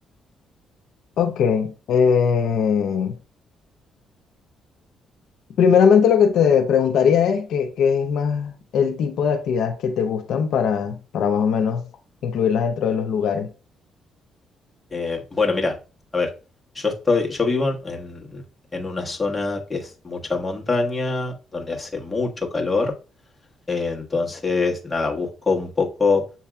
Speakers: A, on the left (about 75°); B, on the left (about 15°).
A: Ok. eh, primeramente lo que te preguntaría es que- qué es más el tipo de actividades que te gustan para, para más o menos incluirlas dentro de los lugares.
B: Eh, bueno, mira, a ver, yo estoy, yo vivo en, en una zona que es mucha montaña, donde hace mucho calor Eh, Entonces, nada, busco un poco